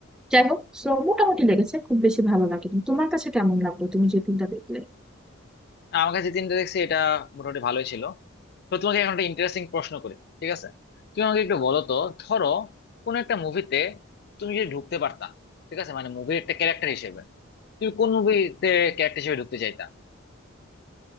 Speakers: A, in the centre; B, on the left.
A: যাই হোক সো মোটামুটি লেগেছে খুব বেশি ভালো লাগেনি তোমার কাছে কেমন লাগলো তুমি যে ফিল্মটা দেখলে
B: আমার কাছে তিনটা দেখছি এটা মোটামুটি ভালোই ছিল তো তোমাকে এখন একটা ইন্টারেস্টিং প্রশ্ন করি ঠিক আছে তুমি আমাকে একটু বলো তো ধরো কোন একটা মুভিতে তুমি যদি ঢুকতে পারতা ঠিক আছে মানে মুভির একটা ক্যারেক্টার হিসেবে তুমি কোন মুভিতে ক্যারেক্টার হিসেবে ঢুকতে চাইতা